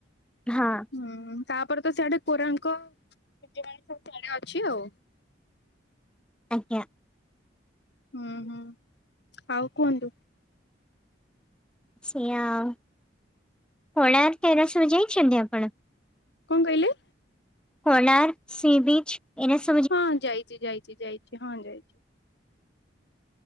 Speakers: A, in the centre; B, on the left.
A: ହଁ
B: ହୁଁ ତାପରେ ତ ସିଆଡେ କୋରାଙ୍କ <unintelligible> ସିଆଡ଼େ ଅଛି ଆଉ
A: ଆଜ୍ଞା
B: ହୁଁ ହୁଁ ଆଉ କୁହନ୍ତୁ
A: ସେ ଆଉ କୋଣାର୍କ ହେରା ସବୁ ଯାଇଛନ୍ତି ଆପଣ
B: କଣ କହିଲେ
A: କୋଣାର୍କ ସି ବୀଚ ଏସ୍
B: ହଁ ଯାଇଛି ଯାଇଛି ଯାଇଛି ହଁ ଯାଇଛି